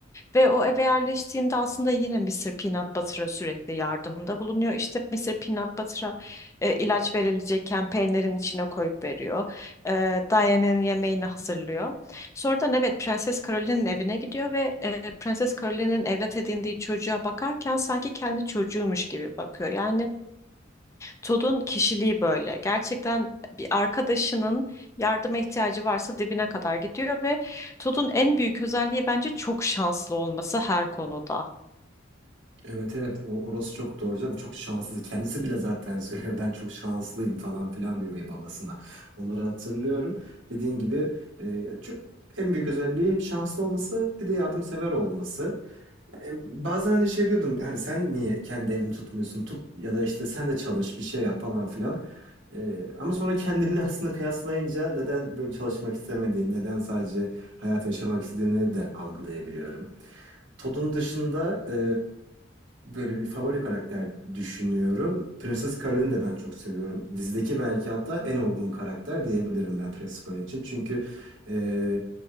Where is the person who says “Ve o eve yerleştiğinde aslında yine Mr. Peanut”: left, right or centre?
Left